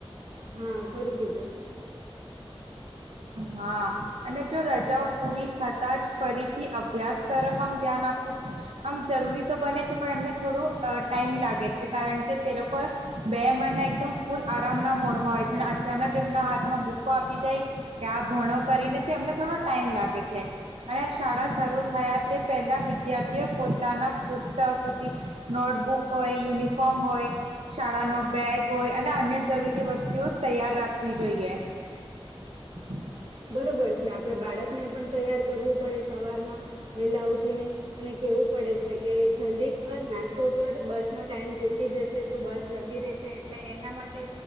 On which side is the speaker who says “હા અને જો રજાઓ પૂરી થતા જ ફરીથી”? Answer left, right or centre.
Right